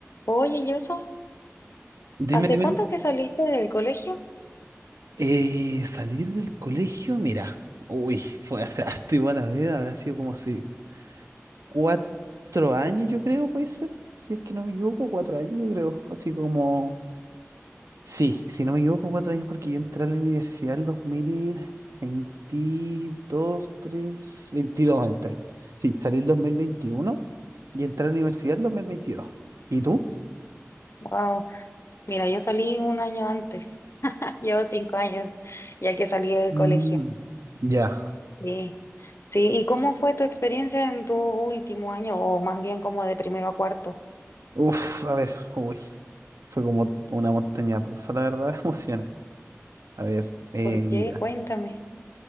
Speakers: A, on the left; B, on the right.
A: Oye, Yoso,
B: Dime,
A: ¿hace
B: dime.
A: cuánto que saliste del colegio?
B: Eh, salir del colegio, mira, uy, fue hace harto igual a ver, habrá sido como si cuatro años, yo creo, puede ser, si es que no me equivoco, cuatro años, yo creo, así como, sí, si no me equivoco, cuatro años, porque yo entré a la universidad el dos mil veintidós, tres, veintidós entré, sí, salí el 2021 y entré a la universidad el 2022. ¿y tú?
A: Wow, mira, yo salí un año antes. <laughs> Llevo cinco años ya que salí del
B: Mm,
A: colegio.
B: ya.
A: Sí, sí. ¿Y cómo fue tu experiencia en tu último año, o más bien como de primero a cuarto?
B: Uf, a ver, uy, fue como una montaña rusa, la verdad, de emociones. A ver, eh,
A: ¿Por
B: mira,
A: qué? Cuéntame.